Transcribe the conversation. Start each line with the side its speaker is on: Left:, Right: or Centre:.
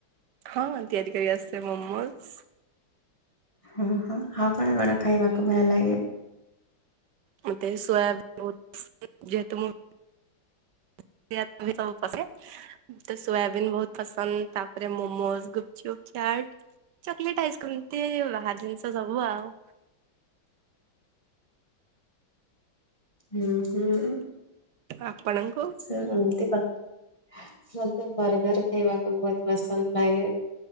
Right: ହଁ ତିଆରି କରିି ଆସେ ମୋମୋଜ
Left: ହଁ ହଁ ଆଉ କଣ କଣ ଖାଇବାକୁ ଭଲ ଲାଗେ?
Right: ମତେ ସୋୟବିନ ବହୁତ ପସନ୍ଦ ଯେହେତୁ ମୁଁ <unintelligible> ତ ସୋୟାବିନ୍ ବହୁତ ପସନ୍ଦ ତାପରେ ମୋମୋଜ ଗୁପଚୁପ ଚାଟ୍। ଚକଲେଟ୍ ଆଇସକ୍ରିମ୍ <unintelligible> ବାହାର ଜିନିଷ ସବୁ ଆଉ।
Left: ହୁଁ ହୁଁ।
Right: ଆପଣଙ୍କୁ?
Left: ଏମତି କ ମତେ ବର୍ଗର ଖାଇବାକୁ ବହୁତ ପସନ୍ଦ ଲାଗେ।